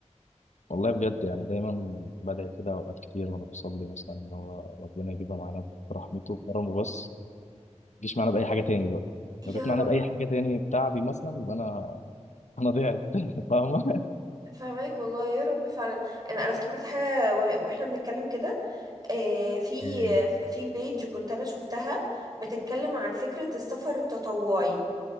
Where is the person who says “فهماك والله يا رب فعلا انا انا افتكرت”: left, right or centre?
Right